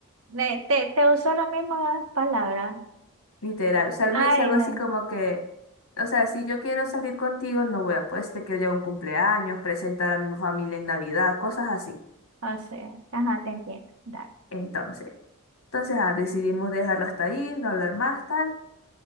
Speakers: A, on the right (about 80°); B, on the left (about 75°).
A: ne- te, te usó la misma palabra.
B: Literal. O sea, él
A: Ay,
B: me dice algo
A: no.
B: así como que, o sea, si yo quiero salir contigo, no voy a, pues te quiero llevar a un cumpleaños, presentar a mi familia en Navidad, cosas así.
A: O sea, ajá, te entiendo. Dale.
B: Entonces. Entonces, ah, decidimos dejarlo hasta ahí, no hablar más, tal.